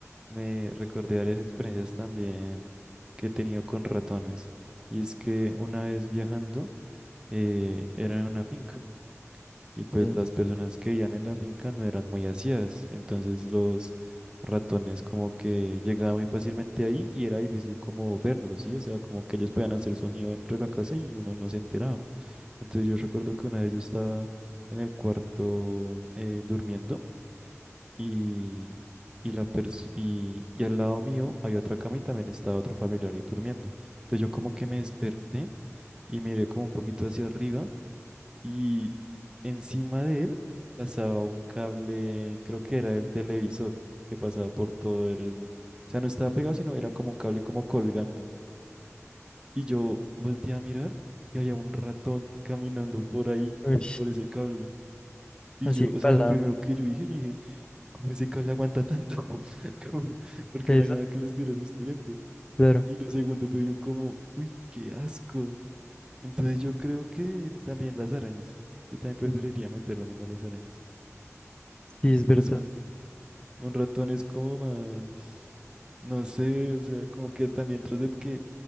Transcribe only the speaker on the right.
me recordé varias experiencias también que he tenido con ratones. Y es que una vez viajando, eh, era en una finca. Y pues
las personas que vivían en la finca no eran muy aseadas. Entonces los ratones como que llegaban muy fácilmente ahí y era difícil como verlos, ¿sí? O sea, como que ellos podían hacer sonido dentro de la casa y uno no se enteraba. Entonces yo recuerdo que una de ellos estaba en el cuarto eh, durmiendo y, y, la pers- y, y al lado mío había otra cama y también estaba otro familiar ahí durmiendo. Entonces yo como que me desperté y miré como un poquito hacia arriba y encima de él pasaba un cable, creo que era el televisor, que pasaba por todo el... O sea, no estaba pegado, sino era como un cable como colgando. Y yo volteé a mirar y había un ratón caminando por ahí,
por ese cable. Y
yo,
o
sea, lo primero
que yo dije, yo dije... ¿Cómo ese le aguanta tanto? <laughs> Como- Porque
no hay nada que lo estuviera estudiando.
Y lo segundo fue yo como, uy, qué asco. Entonces yo creo que también las arañas. Yo también preferiría meter la mano a las arañas.
Porque
pues un, un ratón es como más, no sé, o sea, como que también tras de que